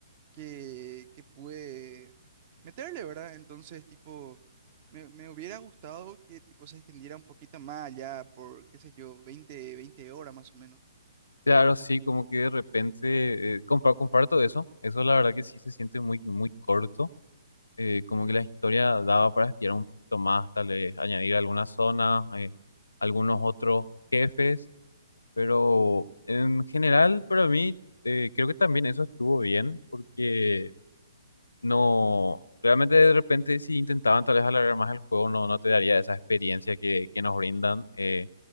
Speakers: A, on the right; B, on the left.
A: que, que pude meterle, ¿verdad? Entonces, tipo, me, me hubiera gustado que, tipo, se extendiera un poquito más allá por, qué sé yo, Veinte veinte horas más o menos.
B: Claro, sí, como que de repente eh, compa- comparto eso. Eso la verdad que sí se siente muy, muy corto. Eh, como que la historia daba para estirar un poquito más, tal vez añadir algunas zonas, eh, algunos otros jefes. Pero en general, para mí, eh, creo que también eso estuvo bien, porque no, realmente de repente si intentaban tal vez alargar más el juego, no, no te daría esa experiencia que, que nos brindan. eh,